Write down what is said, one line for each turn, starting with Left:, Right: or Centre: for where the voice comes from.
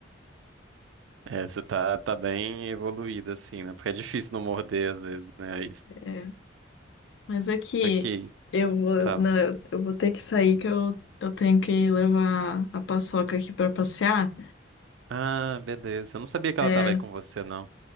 Right: Essa tá, tá bem evoluída, assim, né? Porque é difícil não morder, às vezes, né?
Left: É, mas é que
Right: Aqui,
Left: eu vou,
Right: fala.
Left: não, eu, eu vou ter que sair que eu, eu tenho que levar a Paçoca aqui pra passear.
Right: Ah, beleza. Eu não sabia que
Left: É,
Right: ela tava aí com você, não.